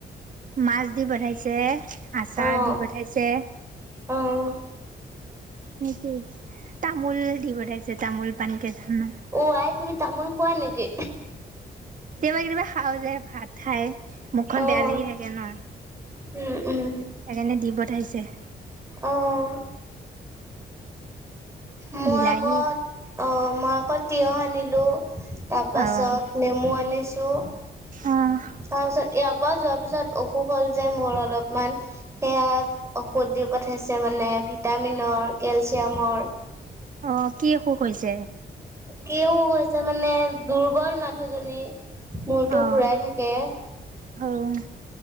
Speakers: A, on the right (about 50°); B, on the right (about 15°).
A: মাছ দি পঠাইছে, আচাৰ
B: অ',
A: দি পঠাইছে।
B: অ',
A: নেকি, তামোল দি পঠাইছে তামোল পান। কেতিয়াবা
B: অ' আই তুমি তামোল খোৱা নেকি?
A: কেতিয়াবা খাওঁ যায় ভাত। খাই। মুখখন
B: অ',
A: বেয়া লাগি থাকে ন,
B: উম, উম,
A: সেইকাৰণে দি পঠাইছে। <inaudible>
B: অ', মই
A: বিলাহী
B: আকৌ অ, মই আকৌ তিয়হ আনিলো। তাৰপাছত
A: অ',
B: নেমু আনিছোঁ।
A: অ',
B: তাৰপিছত ইয়াৰ পৰা যোৱাৰ পিছত অসুখ হ'ল যে মোৰ অলপমান সেয়া ঔখধ দি পঠাইছে মানে ভিটামিনৰ কেলচিয়ামৰ।
A: অ, কি অসুখ হৈছে?
B: কি হৈছে মানে দুৰ্বল মানুহজনী মূৰতো
A: অ',
B: ঘুৰাই থাকে। এ
A: অ',